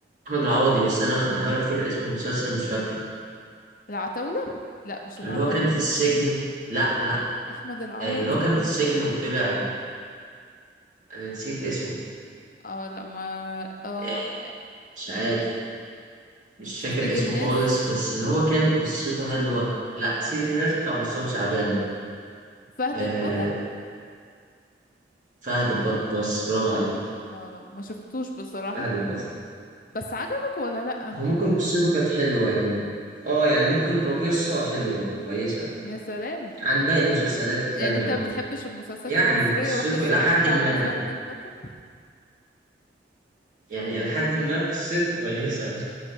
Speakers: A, on the right (about 45°); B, on the left (about 50°).
A: احمد العوضي بس انا بحاول افتكر اسم المسلسل مش فاكره
B: العتاولة لا مش العتاولة
A: اللي هو كان في السجن لا لا
B: احمد العوضي
A: آه، اللي هو كان في السجن وطلع انا نسيت اسمه
B: اه لا ما اه
A: آه، مش عارف مش فاكر
B: سيد
A: اسمه
B: الناس
A: خالص بس اللي هو كان قصته حلوة لا سيد الناس بتاع مصطفى شعبان
B: فهد
A: آه
B: البطل
A: فهد البطل برافو عليك
B: اه ما شفتوش بصراحة
A: فهد البطل
B: بس عجبك ولا لا انت-
A: هو ممكن قصته كانت حلوة يعني اه يعني ممكن كقصة حلوة كويسة
B: يا سلام
A: عن باقي المسلسلات
B: يعني
A: التانية
B: انت
A: اه
B: ما بتحبش المسلسلات
A: يعني
B: المصرية
A: قصته
B: ورحت اتفرجت
A: إلى حد ما
B: على فهد البطل
A: يعني إلى حد ما قصته كويسة